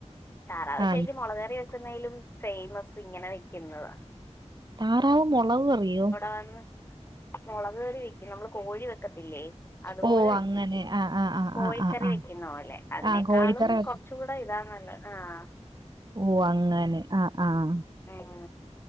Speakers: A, on the left (about 20°); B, on the right (about 40°).
A: താറാവ്
B: ആ
A: ശ്രരിക്കും മൊളക് ക്കറി ക്കുന്നതിലും ഫേയ്മസ് ഇങ്ങനെ വെക്കുന്നത.
B: താറാവു മൊളക് കറിയോ?
A: ആന്ന് മൊളക് കറി വെക്കും നമ്മള് കോഴി വെക്കത്തില്ലേ? അതുപോലെ
B: ഓ
A: വെക്കും
B: അങ്ങനെ ആ ആ ആ
A: കോഴിക്കറി
B: ആ ആ ആ
A: വെക്കുന്ന പോലെ അതിനേക്കാളും
B: ആ കോഴിക്കറി വെക്കും
A: കൊ ചൂടയിതാ നല്ലെ ആഹ്
B: ഓഹ് അങ്ങനെ ആഹ് ആഹ്.
A: ആഹ്